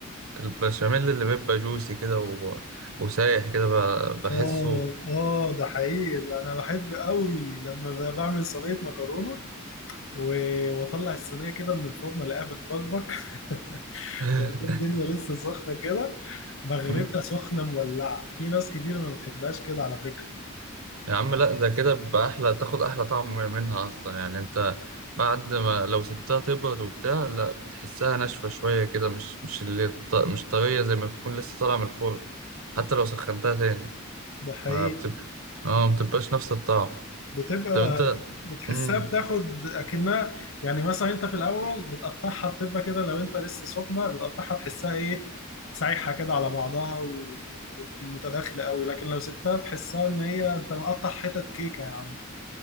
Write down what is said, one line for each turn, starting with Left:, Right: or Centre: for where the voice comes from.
Right: البشاميل اللي بيبقى جوسي كده و... وسايح كده ب... بحسه
Left: اه اه ده حقيقي انا بحب قوي لما ب- بعمل صينيه مكرونه و- واطلع الصينيه كده من الفرن الاقيها بتبكبك <laughs>
Right: <laughs>
Left: وألاقي الدنيا لسه سخنه كده بغرفها
Right: مم.
Left: سخنه مولعه في ناس كتير ما بتحبهاش كده على فكره
Right: يا عم لا ده كده بيبقى احلى تاخد احلى طعم منها اصلا يعني انت بعد ما لو سبتها تبرد وبتاع لا بتحسها ناشفه شويه كده مش مش اللي ط- مش طريه زي ما بتكون لسه طالعه من الفرن حتى لو سخنتها تاني
Left: ده حقيقي
Right: ما بتبقى اه ما بتبقاش نفس الطعم
Left: بتبقى
Right: طب انت
Left: بتحسها
Right: امم
Left: بتاخد اكنها يعني مثلا انت في الاول بتقطعها بتبقى كده لو انت لسه سخنه بتقطعها تحسها ايه سايحه كده على بعضها و- ومتداخله قوي لكن لو سبتها تحسها ان هي انت مقطع حتت كيكه يا عم